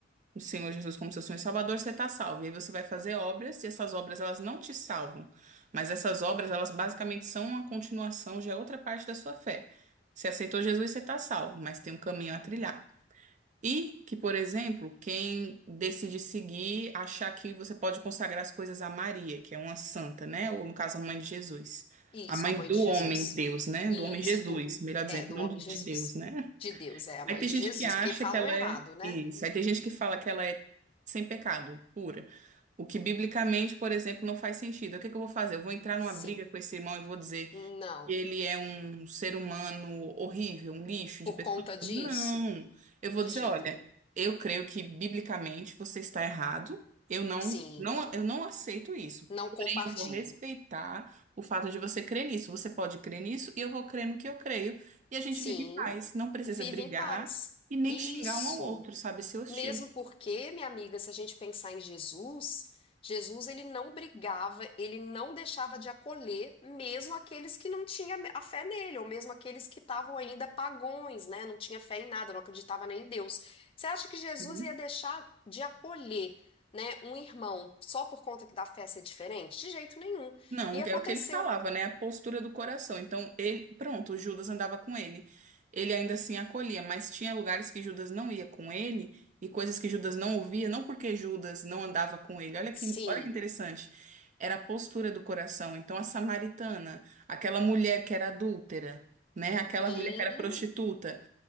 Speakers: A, on the right; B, on the left.
A: o Senhor Jesus como seu Senhor e Salvador, você está salvo. E aí você vai fazer obras, e essas obras elas não te salvam, mas essas obras elas basicamente são uma continuação, já é outra parte da sua fé. Você aceitou Jesus, você está salvo, mas tem um caminho a trilhar. E que, por exemplo, quem decide seguir, achar que você pode consagrar as coisas a Maria, que é uma santa, né? Ou no caso, a mãe de Jesus.
B: Isso,
A: A mãe
B: a mãe
A: do
B: de Jesus.
A: homem Deus, né?
B: Isso,
A: Do homem Jesus,
B: do,
A: melhor dizendo,
B: é, do
A: não
B: homem
A: do-
B: Jesus.
A: de Deus, né?
B: De Deus, é a mãe
A: Aí tem
B: de
A: gente
B: Jesus.
A: que acha
B: Porque falam
A: que ela
B: errado,
A: é
B: né?
A: isso. Aí tem gente que fala que ela é sem pecado, pura. O que biblicamente, por exemplo, não faz sentido. O que que eu vou fazer? Eu vou entrar
B: Sim.
A: numa briga com esse irmão e vou dizer
B: Não.
A: e ele é um ser humano horrível, um lixo
B: Por
A: de pessoa?
B: conta disso?
A: Não. Eu vou
B: De
A: dizer,
B: jeito
A: olha,
B: nenhum.
A: eu creio que biblicamente você está errado. Eu não,
B: Sim.
A: não, eu não aceito isso.
B: Não
A: Porém,
B: compartilho.
A: eu vou respeitar o fato de você crer nisso. Você pode crer nisso e eu vou crer no que eu creio. E a gente
B: Sim.
A: vive em paz. Não precisa
B: Vive
A: brigar
B: em paz.
A: e nem
B: Isso.
A: xingar um ao outro, sabe? Ser hostil.
B: Mesmo porque, minha amiga, se a gente pensar em Jesus, Jesus ele não brigava, ele não deixava de acolher mesmo aqueles que não tinham a fé nele, ou mesmo aqueles que estavam ainda pagões, né? Não tinha fé em nada, não acreditava nem em Deus. Você acha que Jesus
A: Uhum.
B: ia deixar de acolher, né, um irmão só por conta que da fé ser diferente? De jeito nenhum.
A: Não,
B: E aconteceu.
A: é o que ele falava, né? A postura do coração. Então, ele, pronto, Judas andava com ele. Ele ainda assim acolhia, mas tinha lugares que Judas não ia com ele e coisas que Judas não ouvia, não porque Judas não andava com ele. Olha que,
B: Sim,
A: olha que interessante. Era a postura do coração. Então, a samaritana, aquela mulher que era adúltera, né? Aquela
B: sim,
A: mulher que era prostituta,